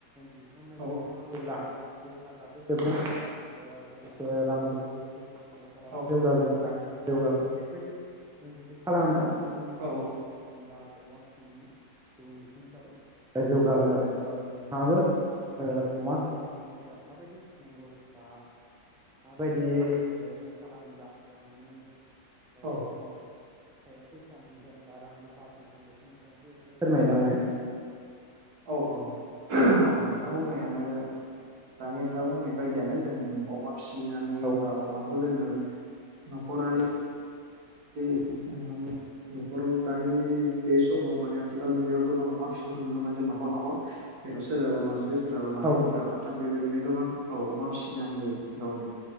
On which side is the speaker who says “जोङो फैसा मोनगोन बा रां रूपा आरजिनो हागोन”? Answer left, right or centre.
Centre